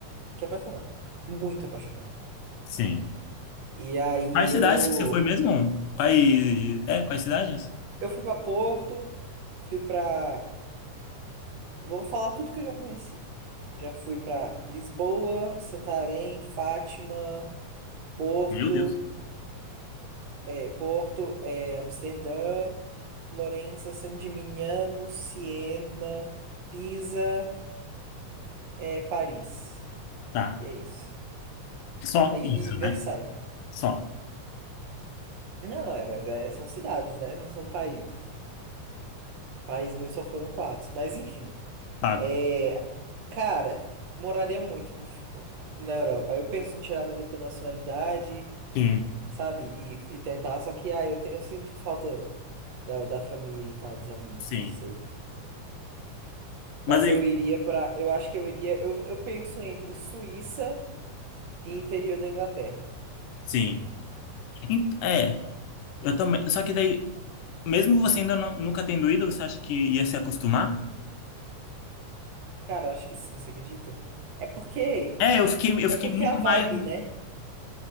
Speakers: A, on the right (about 60°); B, on the left (about 85°).
A: Fiquei apaixonado. Muito apaixonado.
B: sim.
A: E aí
B: Quais cidades
A: eu,
B: que você foi mesmo? Quais, é, quais cidades?
A: eu fui pra Porto, fui pra... Vou falar tudo que eu já conheci. Já fui pra Lisboa, Santarém, Fátima... Porto,
B: Meu Deus.
A: é, Porto, é, Amsterdã, Florença, San Gimignano, Siena, Pisa, é, Paris.
B: Tá.
A: E é isso.
B: Só
A: E,
B: isso,
A: e Versailles.
B: né? Só
A: Não, é, mas é, são cidades, né? Não são países. País meu só foram quatro. Mas enfim.
B: pago.
A: É, cara, moraria muito f- na Europa. Eu penso em tirar minha dupla nacionalidade,
B: Sim.
A: sabe? E, e tentar. Só que, ah, eu, te- eu sinto falta da, da família e tal, dos amigos.
B: Sim.
A: Não sei.
B: Mas
A: Mas
B: aí,
A: eu iria pra. Eu acho que eu iria. Eu, eu penso entre Suíça e interior da Inglaterra.
B: sim. Ent- É, eu também. Só que daí, mesmo que você ainda não- nunca tendo ido, você acha que ia se acostumar?
A: Cara, eu acho que sim, você acredita? É porque.
B: É, eu fiquei, eu
A: É
B: fiquei
A: porque
B: muito
A: é a vibe,
B: mais.
A: né?